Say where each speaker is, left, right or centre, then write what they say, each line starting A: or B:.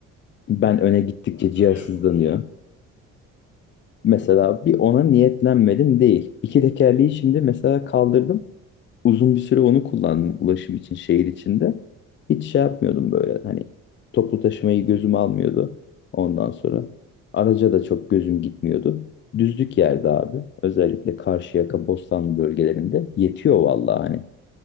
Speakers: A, on the left (about 40°); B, on the left (about 65°).
A: Ben öne gittikçe
B: Bence
A: cihaz
B: de yapılır.
A: hızlanıyor. Mesela bir ona niyetlenmedim değil. İki tekerleği şimdi mesela kaldırdım. Uzun bir süre onu kullandım ulaşım için şehir içinde. Hiç şey yapmıyordum böyle hani toplu taşımayı gözüm almıyordu ondan sonra. Araca da çok gözüm gitmiyordu. Düzlük yerde abi özellikle Karşıyaka, Bostanlı bölgelerinde yetiyor vallahi hani.